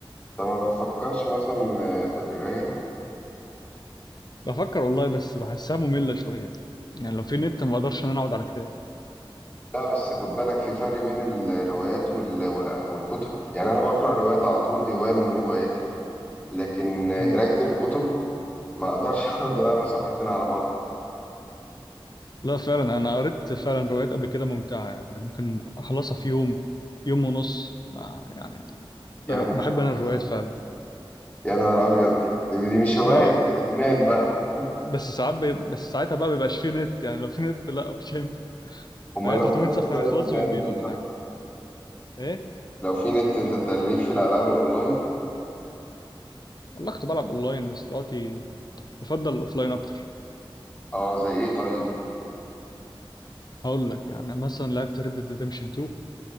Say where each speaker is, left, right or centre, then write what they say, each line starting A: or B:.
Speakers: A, on the left (about 15°); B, on the left (about 50°).
A: انت ما بتفكرش مثلا آه، في القرايه
B: بفكر والله بس بحسها مملة شوية يعني لو في نت ما بقدرش إن أنا أقعد على كتاب
A: لا بس خد بالك في فرق بين الروايات وال... وال... والكتب يعني انا بقرا روايات على طول دي هوايه من هواياتي لكن آه،
B: مم.
A: قرايه الكتب ما اقدرش <laughs> اقعد اقرا صفحتين على بعض
B: لا فعلا أنا قريت فعلا روايات قبل كده ممتعة يعني ممكن أخلصها في يوم يوم ونص ما يعني
A: يا
B: ب- بحب
A: نهار
B: أنا
A: ابيض
B: الروايات فعلا
A: يا نهار ابيض دي, دي مش هوايه
B: آه
A: ده ادمان بقى
B: بس ساعات بي... بس ساعتها بقى بيبقاش فيه نت يعني لو في نت لا مش هينفع
A: امال
B: هي
A: لو
B: 300
A: في نت
B: صفحة
A: طيب
B: بيخلصوا
A: بتعمل
B: يومين
A: ايه
B: ولا
A: طيب
B: حاجة ايه
A: لو في نت انت تليك في الالعاب الاونلاين
B: والله كنت بلعب اونلاين بس دلوقتي بفضل الاوفلاين اكتر
A: اه زي ايه طيب
B: هقول لك يعني مثلا لعبت ريد ديد ريدمشن 2